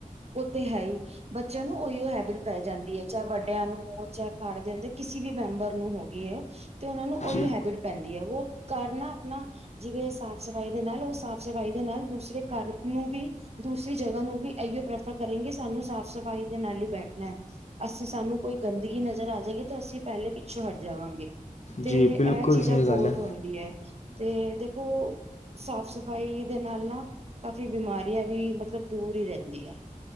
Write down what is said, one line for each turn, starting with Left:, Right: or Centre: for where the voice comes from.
Right: ਉਹ ਤੇ ਹੈ ਹੀ ਬੱਚਿਆਂ ਨੂੰ ਉਹੀਓ ਹੈਬਿਟ ਪੈ ਜਾਂਦੀ ਹੈ ਚਾਹੇ ਵੱਡਿਆਂ ਨੂੰ ਚਾਹੇ ਘਰ ਦੇਿਆਂਦੇ ਕਿਸੇ ਵੀ ਮੈਂਬਰ ਨੂੰ ਹੋ ਗੀ ਹੈ ਤੇ ਉਹ ਨੂੰ ਉਹੀ
Left: ਜੀ
Right: ਹੈਬਿਟ ਪੈਂਦੀ ਹੈ ਵ ਕਰ ਨਾ ਆਪਣਾ ਜਿਵੇਂ ਸਾਫ਼ ਸਫ਼ਾਈ ਦੇ ਨਾਲ ਉਹ ਸਾਫ਼ ਸਫ਼ਾਈ ਦੇ ਨਾਲ ਦੂਸਰੇ ਘਰ ਨੂੰ ਵੀ ਦੂਸਰੀ ਜਗ੍ਹਾ ਨੂੰ ਵੀ ਇਹੀਓ ਪ੍ਰੈਫਰ ਕਰੇਗੇ ਸਾਨੂੰ ਸਾਫ਼ ਸਫ਼ਾਈ ਦੇ ਨਾਲ ਹੀ ਬੈਠਣਾ ਹੈ ਅਸੀਂ ਸਾਨੂੰ ਕੋਈ ਗੰਦਗੀ ਨਜ਼ਰ ਆ ਜਾਏਗੀ ਤਾਂ ਅਸੀਂ ਪਹਿਲੇ ਪਿੱਛੋਂ ਹਟ ਜਾਵਾਂਗੇ ਤੇ
Left: ਜੀ
Right: ਇਹ
Left: ਬਿਲਕੁਲ
Right: ਚੀਜ਼ਾਂ
Left: ਸਹੀ
Right: ਬਹੁਤ
Left: ਗੱਲ ਹੈ
Right: ਹੁੰਦੀ ਹੈ ਤੇ ਦੇਖੋ ਸਾਫ਼ ਸਫ਼ਾਈ ਦੇ ਨਾਲ ਨਾ ਕਾਫ਼ੀ ਬਿਮਾਰੀਆਂ ਵੀ ਮਤਲਬ ਦੂਰ ਹੀ ਰਹਿੰਦੀਆਂ